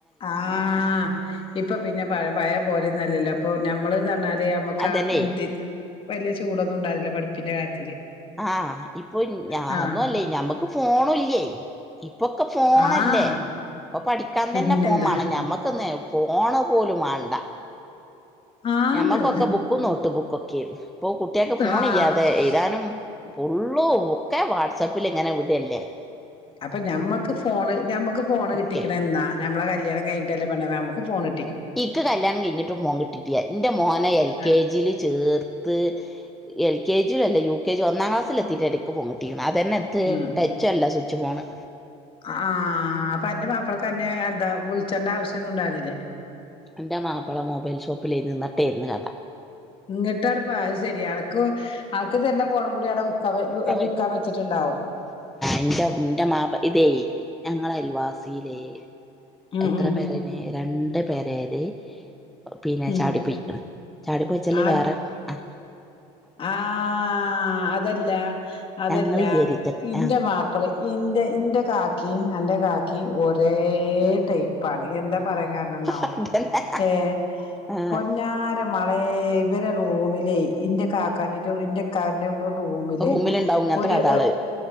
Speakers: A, on the left; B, in the centre.
A: ആഹ് ഇപ്പൊ പിന്നെ പ പയെ പോലെന്നു അല്ലല്ലോ ഇപ്പൊ ഞമ്മള് ന്നർഞ്ഞാല് അതെ അമ്മക്കാ
B: അതന്നെ
A: ഇന്തെ വെല്ല്യെ ചൂടൊന്നുണ്ടാവൂല്ല പഠിപ്പിന്റെ കാര്യത്തില്
B: ആഹ് ഇപ്പൊ ഞാ
A: ആഹ്
B: അന്നുംല്ലേ ഞമ്മക്ക് ഫോണുല്ലേ ഇപ്പൊക്കെ ഫോണല്ലേ
A: ആഹ്
B: ഇപ്പൊ പഠിക്കാൻ
A: പിന്നെന്താ
B: തന്നെ ഫോൻ വാണം ഞമ്മുക്ക് ഫോണ് പോലും വാണ്ട
A: ആന്ന്
B: ഞമ്മക്കൊക്കെ ബുക്കും നോട്ട് ബുക്കൊക്കെ ഇപ്പൊ കുട്ട്യാക്ക് ഫോൺ
A: ആഹ്
B: ഇല്ലാതെ എയ്താനും പൊള്ളൂ ഒക്കെ വാട്സേപ്പിൽ ഇങ്ങനെ വി ടല്ലേ
A: അപ്പൊ ഞമ്മക്ക് ഫോണ് ഞമ്മക്ക് ഫോണ്
B: ഒക്കെ
A: കിട്ടിക്ക്ണെന്നാ നമ്മളെ ക ല്ല്യാണം കൈഞ്ഞിട്ടല്ലെ പെണ്ണേ അമ്മക് ഫോണി
B: ഇക്ക് കല്യാണം കീഞ്ഞിട്ടും ഫോ കിട്ടീട്ടിയ എന്റെ മോനെ എൽ
A: ആ
B: കെ ജീല് ചേർത്ത് എൽ കെ ജിയ അല്ല യു കെ ജി ഒന്നാം ക്ലാസൽ എത്തിയി ഇടക്ക് പോങ്ങട്ടിയോ അതന്നെ ഇത്
A: ഉം
B: ടച്ചല്ല ച്ച് ഫോണ്
A: ആഹ് അപ്പൊ എന്റെ മാപ്പളക്കന്നെ എന്താ വിൾച്ചണ്ട ആവശ്യൊന്നുണ്ടാവ്ലില്ലേ
B: അന്റെ മാപ്പള മൊബൈൽ ഷോപ്പിലേ നിന്നട്ടേരുന്നു കഥ
A: ഇങ്ങിട്ടാണ്പ്പ ആ ശെരി അനക്ക് അനക്ക് തരുന്ന ഫോണും കൂടി അവിടെ വിക്കാൻ
B: ഏ
A: വിക്കാൻ വെച്ചിട്ടുണ്ടാവും
B: ഇൻ്റെ ഇൻ്റെ മാപ് ഇതേ ഞങ്ങള അൽവാസീലേ
A: ഉം
B: എത്ര
A: ഉം
B: പേരേനി രണ്ട് പേരേല് പിന്നെ
A: ഉം
B: ചാടി പൊയ്ക്ക്ണ് ചാടി പൊയച്ചാല്
A: അത്
B: വേറെ ആ
A: ആഹ് അതല്ല അതല്ല
B: ഞങ്ങള് വിചാരിച്ച്
A: ഇൻ്റെ
B: ആഹ്
A: മാപ്പ്ളെ ഇൻ്റെ ഇന്റെ കാക്കി അന്റെ കാക്കി ഒ രേ ട്ടൈ പാണ് എന്താ പറയാൻ കാരണം ന്നോ
B: അതന്നെ
A: ഏ
B: ആഹ്
A: പൊന്നാര മളേ ഇവരെ റൂമി ലെയ് ഇൻ്റെ കാക്കാനെയ്റ്റൊ ഇൻ്റെക്കാൻ്റെ റൂമില്
B: റൂമിലുണ്ടാവും ഇങ്ങനത്തെ
A: ഒരു
B: കഥാള്
A: ഒ